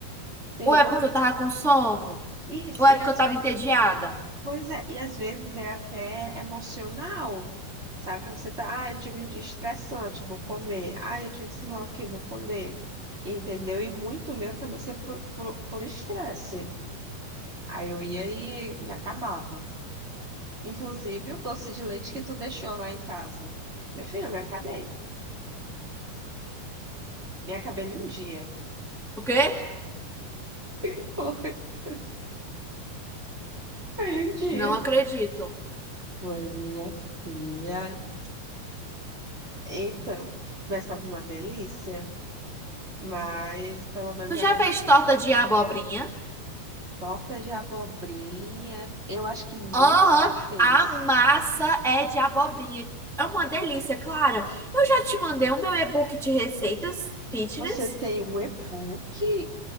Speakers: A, on the right; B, in the centre.
A: Tem,
B: Ou é
A: ou,
B: porque
A: a-
B: eu tava com sono?
A: isso,
B: Ou é
A: e
B: porque
A: às
B: eu tava
A: vezes,
B: entediada?
A: pois é, e às vezes é até emocional, sabe? Você tá, ah, eu tive um dia estressante, vou comer. Ah, eu tive sei lá o que, vou comer. Entendeu? E muito meu também sempre por por- por estresse. Aí eu ia e me acabava. Inclusive o doce de leite que tu deixou lá em casa. Meu filho, eu me acabei. Me acabei num dia.
B: O quê?
A: <laughs> Foi, foi um dia.
B: Não acredito.
A: Foi minha filha. Então, mas tava uma delícia. Mas pelo menos
B: Tu
A: agora
B: já fez
A: já...
B: torta de abobrinha?
A: torta de abobrinha. Eu acho que mãe
B: Aham,
A: que já fez.
B: a massa é de abobrinha. É uma delícia, Clara. Eu já te mandei o meu e-book de receitas fitness.
A: Você tem um e-book?